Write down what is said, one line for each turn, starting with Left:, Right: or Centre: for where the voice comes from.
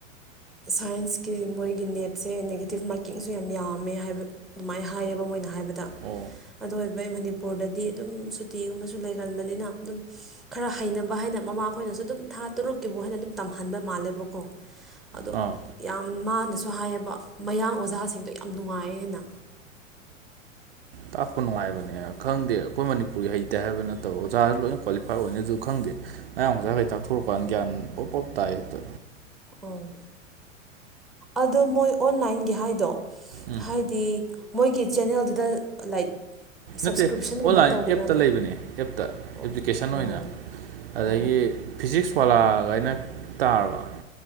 Centre: ꯁꯥꯏꯟꯁꯀꯤ ꯃꯣꯏꯒꯤ ꯅꯦꯠꯁꯦ ꯅꯦ ꯇꯤꯐ ꯃꯥꯔꯀꯤꯡꯁꯨ ꯌꯥꯝ ꯌꯥꯝꯃꯦ ꯍꯥꯏꯕ ꯑꯗꯨꯃꯥꯏꯅ ꯍꯥꯏꯌꯦꯕ ꯃꯣꯏꯅ ꯍꯥꯏꯕꯗ
Right: ꯑꯣ
Centre: ꯑꯗꯨ ꯑꯩꯈꯣꯢ ꯃꯅꯤꯄꯨꯔꯗꯗꯤ ꯑꯗꯨꯝ ꯁꯨꯇꯤꯒꯨꯝꯕꯁꯨ ꯂꯩꯒꯟꯕꯅꯤꯅ ꯑꯗꯨꯝ ꯈꯔ ꯍꯩꯅꯕ ꯍꯥꯏꯅ ꯃꯃꯥ ꯈꯣꯏꯅꯁꯨ ꯑꯗꯨꯝ ꯊꯥ ꯇꯔꯨꯛꯀꯤꯕꯨ ꯍꯥꯏꯅ ꯑꯗꯨꯝ ꯇꯝꯍꯟꯕ ꯃꯥꯜꯂꯦꯕꯀꯣ ꯑꯗꯣ
Right: ꯑꯥ
Centre: ꯌꯥꯝ ꯃꯥꯅꯁꯨ ꯍꯥꯏꯌꯦꯕ ꯃꯌꯥꯡ ꯑꯣꯖꯥꯁꯤꯡꯗꯣ ꯌꯥꯝ ꯅꯨꯡꯉꯥꯏꯌꯦꯅ
Right: ꯇꯥꯛꯄ ꯅꯨꯡꯉꯥꯏꯕꯅꯦ ꯈꯪꯗꯦ ꯑꯩꯈꯣꯏ ꯃꯅꯤꯄꯨꯔꯒꯤ ꯍꯩꯇꯦ ꯍꯥꯏꯕ ꯅꯠꯇꯕ ꯑꯣꯖꯥꯁꯨ ꯂꯣꯏꯅ ꯀ꯭ꯋꯥꯂꯤꯐꯥꯏ ꯑꯣꯏꯅ ꯑꯗꯨ ꯈꯪꯗꯦ ꯃꯌꯥꯝ ꯉꯁꯥꯈꯩ ꯇꯥꯛꯊꯣꯔꯛꯀꯥꯟ ꯒ꯭ꯌꯥꯟ ꯄꯣꯞ ꯄꯣꯞ ꯇꯥꯏ ꯍꯦꯛꯇ
Centre: ꯑꯣ ꯑꯗꯣ ꯃꯣꯏ ꯑꯣꯟꯂꯥꯏꯟꯒꯤ ꯍꯥꯏꯗꯣ
Right: ꯎꯝ
Centre: ꯍꯥꯏꯗꯤ ꯃꯣꯏꯒꯤ ꯆꯦꯅꯦꯜꯗꯨꯗ ꯂꯥꯏꯛ ꯁꯞꯁꯀ꯭ꯔꯤꯞꯁꯟꯒꯨꯝꯕ
Right: ꯅꯠꯇꯦ ꯑꯣꯟꯂꯥꯏꯟ
Centre: ꯇꯧꯋꯤꯔꯅ
Right: ꯑꯦꯞꯇ ꯂꯩꯕꯅꯦ ꯑꯦꯞꯇ
Centre: ꯑꯣ
Right: ꯑꯦꯄ꯭ꯂꯤꯀꯦꯁꯟ
Centre: ꯑꯣ
Right: ꯑꯣꯏꯅ ꯑꯗꯒꯤ
Centre: ꯑꯣ ꯑꯣ
Right: ꯐꯤꯖꯤꯛꯁ ꯋꯥꯂꯥꯒꯥꯢꯅ ꯇꯥꯔꯕ